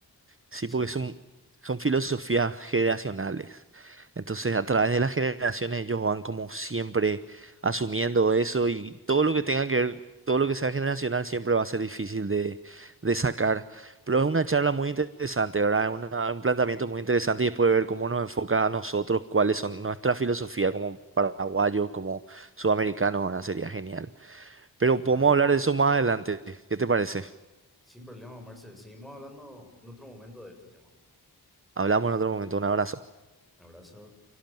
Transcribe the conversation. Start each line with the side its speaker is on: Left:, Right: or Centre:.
Right: Sí,
Centre: Sí,
Right: porque son, son filosofías generacionales. Entonces, a través de las generaciones, ellos van como siempre asumiendo eso y todo lo que tenga que ver, todo lo que sea generacional siempre va a ser difícil de, de sacar. Pero es una charla muy interesante, ¿verdad? Es una- un planteamiento muy interesante y después ver cómo nos enfoca a nosotros, cuáles son nuestra filosofía como paraguayos, como sudamericanos, ¿verdad? Sería genial. Pero
Centre: claro,
Right: podemos hablar
Centre: claro.
Right: de eso más adelante. ¿Qué te parece?
Centre: Sin problema, Marce. Seguimos hablando en otro momento de este tema.
Right: Hablamos en otro momento. Un abrazo.
Centre: Un abrazo.